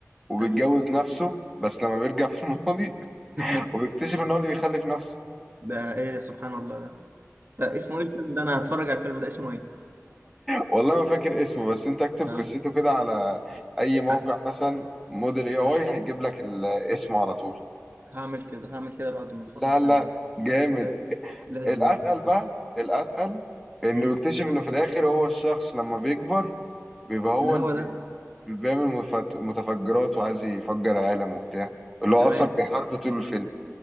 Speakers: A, in the centre; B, on the right (about 40°).
A: وبيتجوز
B: ايوه
A: نفسه بس لما بيرجع في الماضي
B: <laughs>
A: <laughs> وبيكتشف ان هو اللي بيخلف نفسه
B: ده ايه سبحان الله ده ده اسمه ايه الفيلم ده انا هتفرج على الفيلم ده اسمه ايه
A: والله ما فاكر اسمه بس انت اكتب
B: اه
A: قصته كده على اي موقع
B: هت-
A: مثلا موديل اي
B: تمام.
A: اي هيجيب لك ال- اسمه على طول
B: هعمل كده هعمل كده بعد ما
A: لا
B: اخلص
A: لا
B: ال...
A: جامد
B: لا- لازم
A: الاتقل
B: لازم
A: بقى الاتقل انه
B: امم
A: بيكتشف انه في الاخر هو الشخص لما بيكبر بيبقى هو
B: ان هو
A: اللي بي...
B: ده
A: اللي بيعمل مفت... متفجرات وعايز يفجر عالم وبتاع اللي هو
B: كمان
A: اصلا بيحاربه طول الفيلم